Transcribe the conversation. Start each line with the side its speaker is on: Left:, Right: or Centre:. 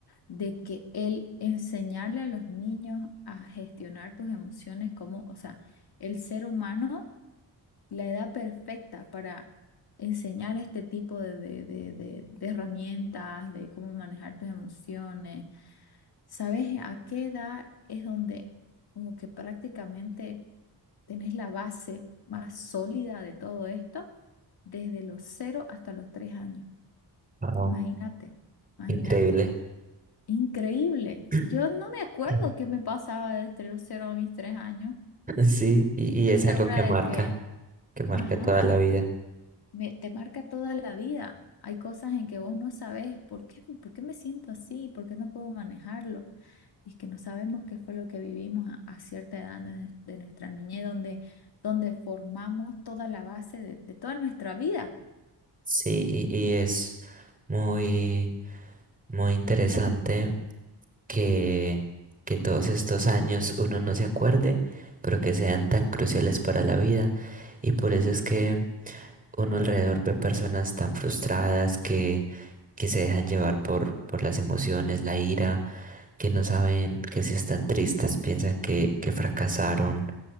Left: de que el enseñarle a los niños a gestionar tus emociones como, o sea, el ser humano, la edad perfecta para enseñar este tipo de, de, de, de, de herramientas, de cómo manejar tus emociones. ¿Sabes a qué edad es donde como que prácticamente tenés la base más sólida de todo esto? desde los cero hasta los 3 años.
Right: Wow,
Left: Imagínate, imagínate.
Right: increíble.
Left: Increíble.
Right: <clears throat>
Left: Yo no me acuerdo qué
Right: <laughs>
Left: me pasaba desde los cero a mis 3 años
Right: Sí, y,
Left: y estoy
Right: y es
Left: segura
Right: algo que marca,
Left: de que,
Right: que marca
Left: ajá,
Right: toda la vida.
Left: me, te marca toda la vida. Hay cosas en que vos no sabés por qué, por qué me siento así, por qué no puedo manejarlo. Y es que no sabemos qué fue lo que vivimos a, a cierta edad de, nue- de nuestra niñez, donde, donde formamos toda la base de de toda nuestra vida.
Right: Sí, y, y es muy, muy interesante que, que todos estos años uno no se acuerde, pero que sean tan cruciales para la vida. Y por eso es que uno alrededor ve personas tan frustradas que, que se dejan llevar por, por las emociones, la ira, que no saben que si están tristes, piensan que, que fracasaron.